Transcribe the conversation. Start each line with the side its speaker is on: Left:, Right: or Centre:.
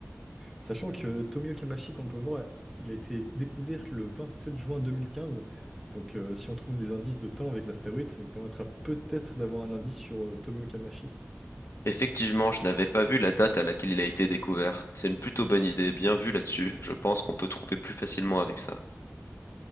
Centre: Sachant que Tomio Kamachi, qu'on peut voir, il a été découvert le 27 juin 2015. Donc, euh, si on trouve des indices de temps avec l'astéroïde, ça nous permettra peut-être d'avoir un indice sur euh, Tomio Kamachi.
Left: Effectivement, je n'avais pas vu la date à laquelle il a été découvert. C'est une plutôt bonne idée, bien vu là-dessus. Je pense qu'on peut trouver plus facilement avec ça.